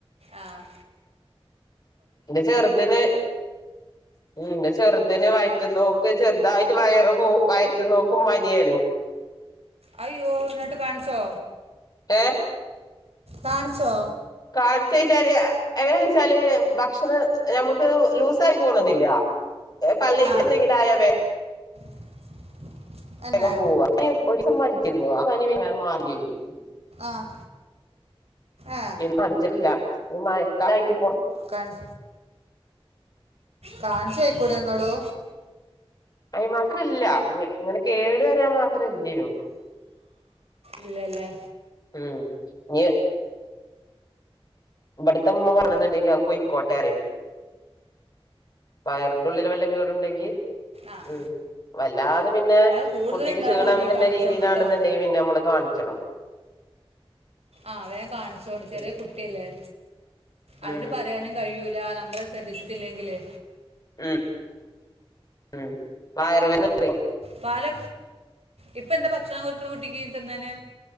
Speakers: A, on the right; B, on the left.
A: ആഹ്
B: എന്റെ ചെറുതിന് ഉം എന്റെ ചെറുതിന് വായിറ്റ്ന്നോ വും ചെറുതായിട്ട് വയറ് പോ വയറ്റുന്നോക്കും പനിയേനും
A: അയ്യോ ഇന്നട്ടു കാണിച്ചോ
B: ഏഹ്
A: കാണിച്ചോ
B: കാണിച്ചേച്ചാല് എങ്ങനെച്ചാല് ഭക്ഷണം നമുക്ക് ലൂസായി പോണെന്നില്ല പള്ളേക്ക്
A: ആ
B: എന്തെങ്കിലായ വേ
A: <inaudible> എന്നെ
B: ഗം പോകാ <unintelligible>
A: ആഹ് ആഹ്
B: തൊടച്ചിട്ടില്ല മയക്കാലായിട്ട്
A: കാണ് കാണിചെയിക്കുടന്നടെ
B: അയിനു മാത്രല്ല ഇങ്ങനെ കേടു പറയാൻ മാത്രല്ലേനു
A: ഇല്ലല്ലേ
B: ഉം ന ഇവിടുത്തെ ഉമ്മ പറയുന്നുണ്ടെങ്കിൽ അത് പൊയ്ക്കോട്ടേ പറയും വയറിന്റെ ഉള്ളില് വല്ല കേടുണ്ടെങ്കിൽ
A: ആഹ്
B: ഉം വല്ലാതെ പിന്നെ
A: കൂടുതലുണ്ടാവുകയാണെങ്കിൽ
B: കുട്ടിക്ക് ക്ഷീണം വരുന്ന
A: കാണിച്ചോണ്ട്
B: രീതിയിലാണെന്നുണ്ടെങ്കി
A: കേട്ടോ
B: പിന്നെ നമ്മള് കാണിച്ചണം
A: ആഹ് വേം കാണിച്ചോണ്ട് ചെറിയ
B: ഉം
A: കുട്ടിയല്ലേ അതിന്
B: ഉം
A: പറയാനും കഴൂല നമ്മള് ശ്രദ്ധിച്ചിട്ടില്ലെങ്കില്
B: ഉം ഉം വയറു വേദ <unintelligible>
A: പാല ഇപ്പ എന്താ ഭക്ഷണം കൊടുക്ക്ണ കുട്ടിക്ക് തിന്നാന്